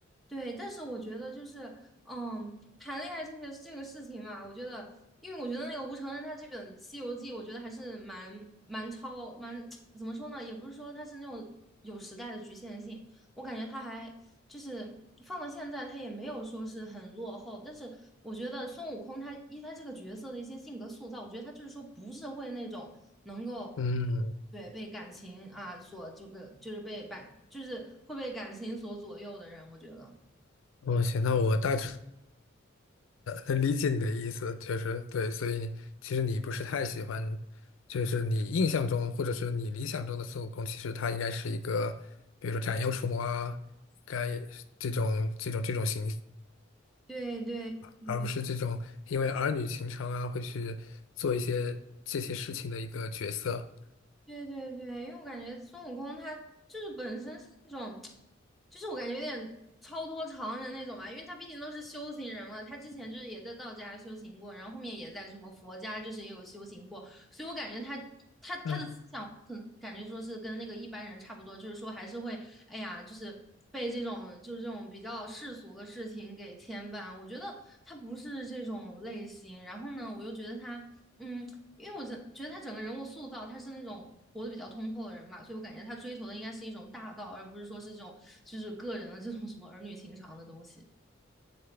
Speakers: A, in the centre; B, on the left.
A: 对，但是我觉得就是，嗯，谈恋爱这个这个事情嘛，我觉得，因为我觉得那个吴承恩他这本《西游记》，我觉得还是蛮蛮超蛮 <tsk> 怎么说呢，也不是说他是那种有时代的局限性，我感觉他还就是放到现在，他也没有说是很落后。但是我觉得孙悟空他依他这个角色的一些性格塑造，我觉得他就是说不是会那种能够
B: 嗯，
A: 对被感情啊所这个就是被感就是会被感情所左右的人，我觉得。
B: 哦，行，那我大致能理解你的意思，就是对，所以其实你不是太喜欢，就是你印象中或者是你理想中的孙悟空，其实他应该是一个，比如说斩妖除魔啊，应该这种这种这种形象，
A: 对对对
B: 而不是这种因为儿女情长啊会去做一些这些事情的一个角色。
A: 对对对，因为我感觉孙悟空他就是本身是那种，就是我感觉有点超脱常人那种吧，因为他毕竟都是修行人了，他之前就是也在道家修行过，然后后面也在什么佛家就是也有修行过，所以我感觉他他他的思想，
B: 嗯。
A: 我可能感觉说是跟那个一般人差不多，就是说还是会，哎呀，就是被这种就是这种比较世俗的事情给牵绊，我觉得他不是这种类型，然后呢，我又觉得他。嗯，因为我整觉得他整个人物塑造，他是那种活得比较通透的人嘛，所以我感觉他追求的应该是一种大道，而不是说是这种就是个人的这种什么儿女情长的东西。